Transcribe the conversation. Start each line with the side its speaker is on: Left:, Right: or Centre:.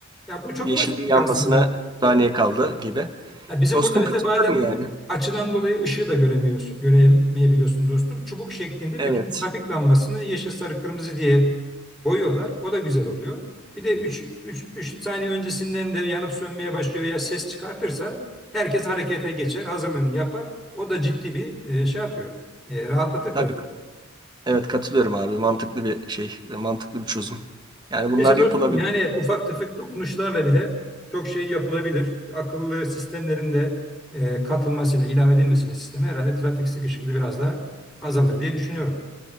Centre: Ya bu çok
Right: Yeşili
Centre: basit
Right: yanmasına
Centre: aslında.
Right: saniye kaldı gibi.
Centre: Ha, bizim
Right: Dostum
Centre: burada mesela
Right: katılıyorum
Centre: bazen
Right: yani.
Centre: açıdan dolayı ışığı da göremiyorsun, göremeyebiliyorsun dostum. Çubuk şeklinde
Right: Evet.
Centre: bütün trafik lambasını yeşil, sarı, kırmızı diye boyuyorlar. O da güzel oluyor. Bir de 3 3 3 saniye öncesinden de yanıp sönmeye başlıyor veya ses çıkartırsa herkes harekete geçer, hazırlığını yapar. O da ciddi bir e, şey yapıyor. E, rahatlatır
Right: Tabii. Evet katılıyorum abi. Mantıklı bir şey. Mantıklı bir çözüm. Yani bunlar
Centre: Neyse dostum
Right: yapılabilir.
Centre: yani ufak tefek dokunuşlarla bile çok şey yapılabilir. Akıllı sistemlerin de e, katılmasıyla, ilave edilmesiyle sisteme herhalde trafik sıkışıklığı biraz daha azalır diye düşünüyorum.